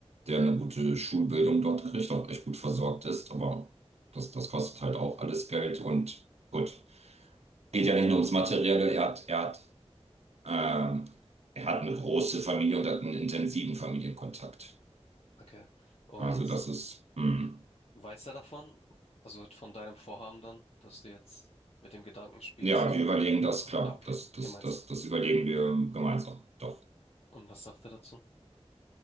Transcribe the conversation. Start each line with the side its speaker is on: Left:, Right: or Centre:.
Right: der eine gute Schulbildung dort kriegt, auch echt gut versorgt ist, aber das, das kostet halt auch alles Geld und gut, geht ja nicht nur ums Materielle, er hat, er hat, ähm, er hat eine große Familie und hat einen intensiven Familienkontakt.
Left: Okay. Und
Right: Also das ist, hm.
Left: weiß er davon? Also von deinem Vorhaben dann, dass du jetzt mit dem Gedanken spielst.
Right: Ja, wir überlegen das, klar,
Left: Ah, okay.
Right: das, das,
Left: Gemeinsam.
Right: das, das überlegen wir gemeinsam, doch.
Left: Und was sagt er dazu?